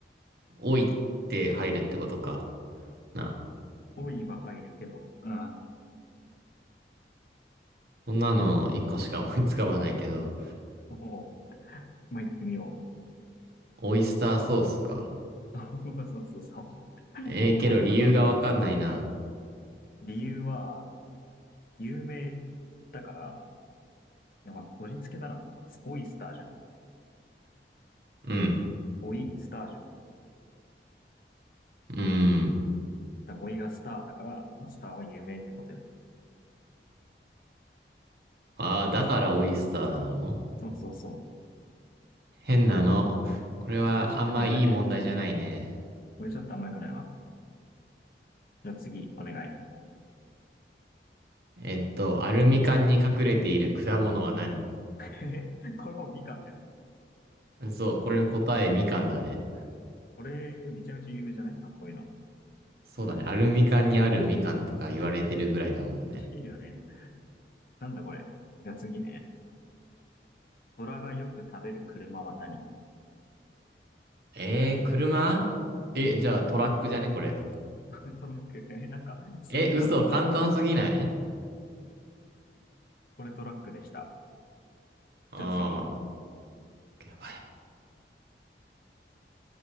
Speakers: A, on the right; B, on the left.
A: おいって入るってことか。なあ
B: おいは入るけど、うん。
A: そんなの一個しか思いつかばないけど、
B: おお、まあ、行ってみよ
A: オイスターソースか。
B: う。<laughs> そうそうそう。<laughs>
A: ええーけど理由がわかんないな。
B: これ簡単だな。理由は、有名だから、いや、まあ、こじつけだな。まあオイスターじゃん。
A: うん。
B: オイスターじゃん。
A: うーん。
B: だからおいがスターだから、まあ、スターは有名ってことよ。
A: ああ、だからオイスターなの
B: そうそうそう。い
A: 変なの。これはあんまいい問題じゃないね。
B: これちょっと変だね。これちょっとあんま良くないわ。じゃあ次、お願い。
A: えっと、アルミ缶に隠れている果物は何
B: <laughs> えこれもうみかんじゃん。
A: うんそう、これ答えみかんだね。
B: これ、めちゃめちゃ有名じゃないあ、こういうの。
A: そうだね。アルミ缶にあるみかんとか言われてるぐらいだもんね。
B: いいよね。なんだこれ。じゃあ次ね。虎がよく食べる車は何
A: えー、車え、じゃあトラックじゃねこれ。
B: これトラック。<laughs> え、なんか、すげえ簡単だな。
A: え、嘘、簡単すぎない
B: これトラックでした。
A: ああ
B: じゃあ次。
A: ー。やばい。